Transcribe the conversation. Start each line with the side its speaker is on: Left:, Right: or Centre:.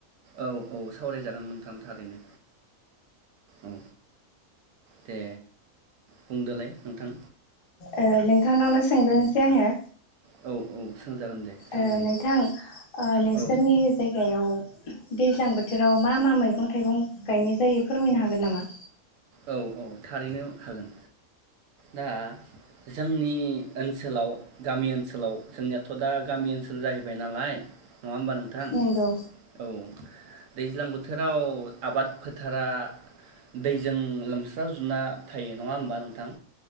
Right: औ औ सावरायजागोन नोंथां थारैनो औ दे बुंदोलाय नोंथां।
Left: ओ नोंथांनावनो सोंग्रोनोसै आङो।
Right: औ औ सोंजागोन दे सोंजायो
Left: ओ नोंथां नोंसोरनि
Right: औ
Left: जायगायाव दैज्लां बोथोराव मा मा मैगं थाइगं गायनाय जायो फोरमायनो हागोन नामा?
Right: औ औ थारैनो हागोन दा जोंनि ओनसोलाव गामि ओनसोलाव जोंनियाथ' दा गामि ओनसोल जाहैबाय नालाय नङा होमबा नोंथां
Left: नंगौ
Right: औ। दैज्लां बोथोराव आबाद फोथारा दै जों लोमस्राव जोबना थायो। नङा होमबा नोंथां?